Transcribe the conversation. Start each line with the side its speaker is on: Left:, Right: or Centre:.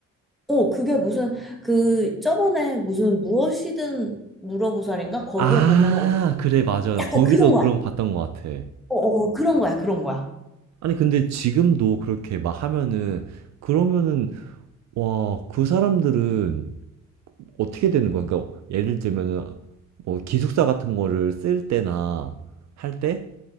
Centre: 어, 그게 무슨, 그, 저번에 무슨 무엇이든 물어보살인가? 거기에
Right: 아,
Centre: 보면 은
Right: 그래, 맞아. 나
Centre: 약간
Right: 거기서
Centre: 그런 거야.
Right: 그런 거 봤던 것 같아.
Centre: 어, 어, 그런 거야, 그런 거야.
Right: 아니, 근데 지금도 그렇게 막 하면은, 그러면은, 와, 그 사람들은 어떻게 되는 거야? 그러니까 예를 들면은 뭐 기숙사 같은 거를 쓸 때나 할 때